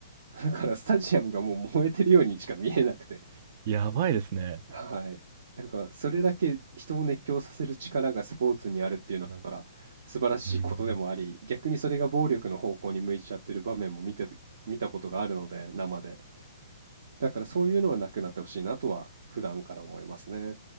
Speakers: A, on the right; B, on the right.
A: だからスタジアムがもう燃えてるようにしか見えなくて。
B: やばいですね。
A: はい。なんか、それだけ人を熱狂させる力がスポーツにあるっていうのは、なんか、素晴らしいことでもあり、
B: うん。
A: 逆にそれが暴力の方向に向いちゃってる場面も見てた、見たことがあるので、生で。だからそういうのはなくなってほしいなとは、普段から思いますね。